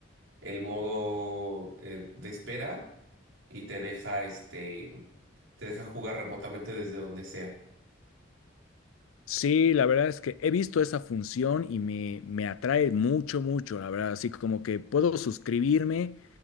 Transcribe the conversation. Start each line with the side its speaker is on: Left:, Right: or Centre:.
Right: el modo eh, de espera y te deja, este, te deja jugar remotamente desde donde sea.
Left: Sí, la verdad es que he visto esa función y me, me atrae mucho, mucho, la verdad. Así como que puedo suscribirme